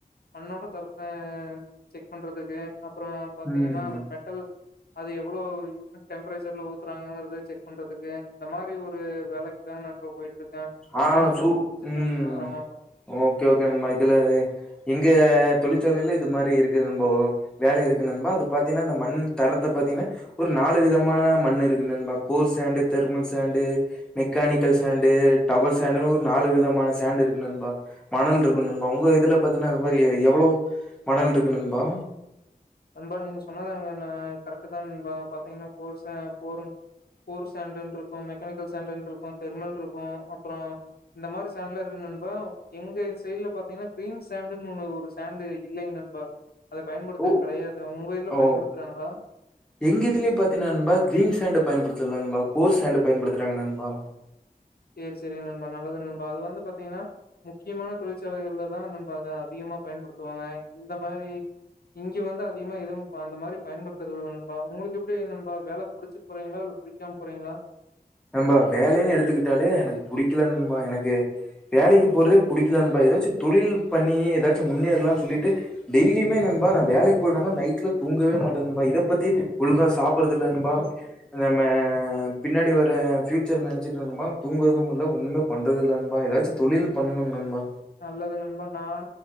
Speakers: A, on the left (about 80°); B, in the centre.
A: மண்ணோட தரத்த செக் பண்றதுக்கு அப்புறோ பாத்தீங்கன்னா
B: ம்
A: மெட்டல் அது எவ்ளோ டெம்பரேச்சர்ல ஊத்துறாங்கங்கிறத செக் பண்றதுக்கு இந்த மாறி ஒரு வேலைக்கு தாங்க நண்பா போயிட்டு இருக்கே மெக்கானிக்கலு
B: ஆ சூ
A: முடிச்சிருக்கே
B: ம்
A: நண்பா ஆமா நண்பா
B: ஓகே ஓகே நண்பா இதுல எங்க தொழிற்சாலையில இது மாறி இருக்குது நண்பா ஒரு வேலை இருக்கு நண்பா அது பாத்தீங்கன்னா அந்த மண் தரத்த பாத்தீங்கன்னா ஒரு நாலு விதமான மண்ணு இருக்கு நண்பா core sand thermal sand mechanical sand towel சாண்டுன்னு ஒரு நாலு விதமான சாண்டு் இருக்கு நண்பா மணல் இருக்கு நண்பா உங்க இதுல பாத்தீங்கன்னா அது மாதிரி எவ்ளோ மணல் இருக்கு நண்பா
A: நண்பா நீங்க சொன்னாதுதாங்கன்னா கரெக்ட்டு தா நண்பா பாத்தீங்கன்னா போர்ஸன் கோர் கோர் சாண்டுன்னு இருக்கு மெக்கானிக்கல் சாண்டுன்னு இருக்கு தெர்மல் இருக்கு அப்பறோ இந்த மாதிரி சாண்ட்லா இருக்கு நன்பா எங்க சைட்ல பாத்தீங்கன்னா கிரீன் சாண்டுன்னு ஒன்னு ஒரு சாண்டு இல்லைங்க நண்பா அத பயன்படுத்துறது
B: ஓ
A: கெடையாது உங்க இதுல
B: ஓ
A: பயன்படுத்துறாங்களா
B: எங்க இதுலயு பாத்தீங்கன்னா நண்பா கிரீன் சாண்ட பயன்படுத்துல நண்பா கோர் சாண்ட பயன்படுத்துறாங்க நண்பா
A: சேரி சேரி நண்பா நல்லது நண்பா அது வந்து பாத்தீங்கன்னா முக்கியமான தொழிற்சாலைகள்ல தா நண்பா அது அதிகமா பயன்படுத்துவாங்க இந்த மாரி இங்க வந்து அதிகமா எதும் அந்த மாரி பயன்படுத்துறது இல்ல நண்பா உங்களுக்கு எப்டி நண்பா வேலை புடிச்சு போறீங்களா இல்ல புடி க்காம போறீங்களா
B: நண்பா வேலைன்னு எடுத்துக்கிட்டாலே எனக்கு புடிக்கல நண்பா எனக்கு வேலைக்கு போறதே பிடிக்கல நண்பா ஏதாச்சு தொழில் பண்ணி ஏதாச்சு முன்னேறலாம்னு சொல்லிட்டு டெய்லியுமே நன்பா நான் வேலைக்கு போயிட்டு வந்தா நைட்ல தூங்கவே மாட்டே நண்பா இத பத்தி ஒழுங்கா சாப்படுறது இல்ல நண்பா நம்ம பின்னா டி வற பியூச்சர் நெனைச்சுட்டு நண்பா தூங்கவே முல்ல ஒண்ணுமே பண்றது இல்ல நண்பா ஏதாச்சு தொழில் பண்ணணு நண்பா
A: நல்லது நண்பா நா